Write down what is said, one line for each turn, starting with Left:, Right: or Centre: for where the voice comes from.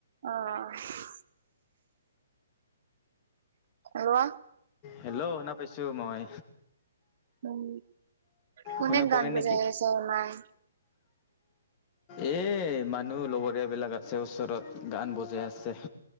Right: অ'। <unintelligible>
Left: Hello! শুনা পাইছো মই।
Right: উম, কোনে
Left: শুনা পোৱা
Right: গান
Left: নাই
Right: বজাই
Left: নেকি
Right: আছে ইমান?
Left: এ মানুহ লগৰীয়া বিলাক আছে ওচৰত, গান বজাই আছে।